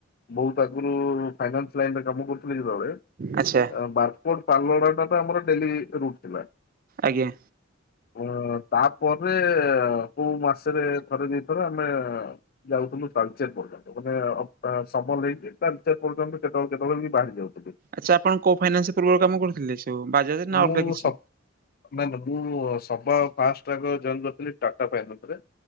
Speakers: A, on the left (about 50°); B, on the right (about 45°).
A: ବୋଉ ପାଖରୁ ଫାଇନା ଲ କାମ କରୁଥିଲେ ଯେତେବେଳେ
B: ଆଚ୍ଛା
A: ବାରକୋଟ ପାଲୋଡା ଟା ତ ଆମର ଡେଲି ରୁଟ ଥିଲା।
B: ଆଜ୍ଞା।
A: ଅ, ତାପରେ କୋଉ ମାସରେ ଥରେ ଦି ଥର ଆମେ ଯାଉଥିଲୁ ତାଳଚେର। ମାନେ ସମୟ ନେଇକି <unintelligible> କେତବଳେ କେତବଳେ ବାହାରି ଯାଉ।
B: ଆଚ୍ଛା ଆପଣ କୋଉ ଫାଇନାନ୍ସ ପୂର୍ବରୁ କାମ କରୁଥିଲେ। ସବୁ ବାଜାଜ ନା
A: ମୁଁ
B: ଅଲଗା କିଛି?
A: ସବ ନାଇଁଁ ନା ମୁଁ ସବ ଫାଷ୍ଟ ଆଗ ଯଏନ କରିଥିଲି ଟାଟା ପାଇନରେ